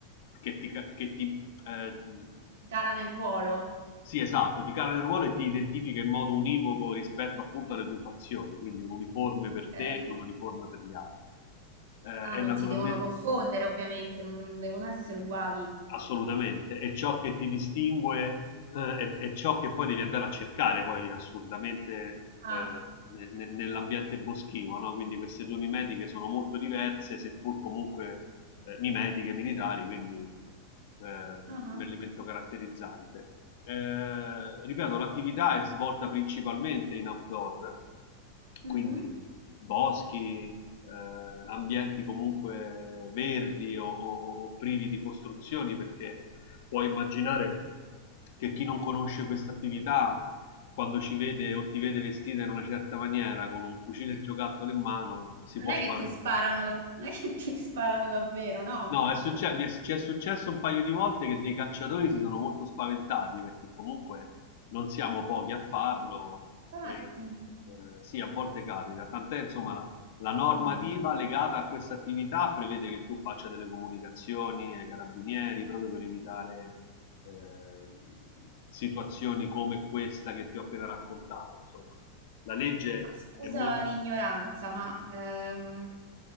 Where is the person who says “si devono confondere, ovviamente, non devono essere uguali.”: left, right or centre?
Right